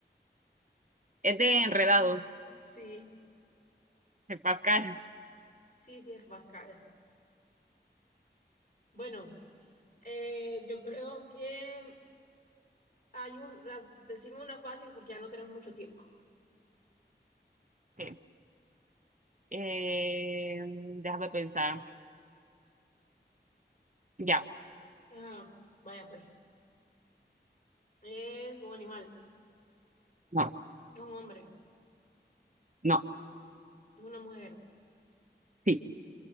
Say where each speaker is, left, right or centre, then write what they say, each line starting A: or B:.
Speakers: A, on the right (about 45°); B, on the left (about 55°).
A: es de enredados
B: Sí,
A: de Pascal.
B: sí, sí es Pascal. Bueno, eh, yo creo que hay un. la- Decime una fácil porque ya no tenemos mucho tiempo.
A: Ok. Eh, déjame pensar. Ya.
B: Ajá, vaya pues. Es un animal.
A: No,
B: Es un hombre.
A: no,
B: Es una mujer.
A: sí.